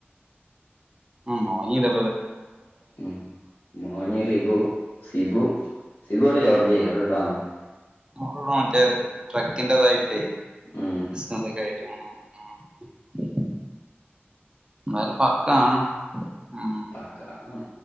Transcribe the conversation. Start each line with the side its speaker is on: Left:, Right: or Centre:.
Right: ഉംഹ് ഒറങീലെ
Left: ഉം മോനി റിബു സിബു സിബു എവിടെ ജോർജിയെ അവിടെ എവിടാന്നുണ്ട്
Right: <unintelligible> മറ്റേത് ട്രക്കിന്റെതായിട്ടേ
Left: ഉം
Right: ബിസിനസ്സൊക്കെയായിട്ട് മ്മ്ഹ് മ്മ്ഹ് എന്തായാലും പക്കാണ് ഉം
Left: പക്ക ആവണം.